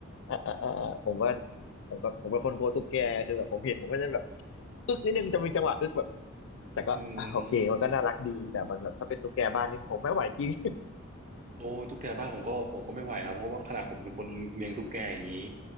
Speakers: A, on the left; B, on the right.
A: อ่าอ่าอ่าอ่าผมว่าผมก็ผมเป็นคนกลัวตุ๊กแกคือแบบผมเห็นผมก็จะแบบอึกนิดนึงจะมีจังหวะอึกแบบแต่ก็อ่าโอเคมันก็น่ารักดีแต่มันแบบถ้าเป็นตุ๊กแกบ้านนี่ผมไม่ไหวจริง
B: อืมโอ้ตุ๊กแกบ้านผมก็ผมก็ไม่ไหวครับเพราะว่าขนาดผมเป็นคนเลี้ยงตุ๊กแกอย่างนี้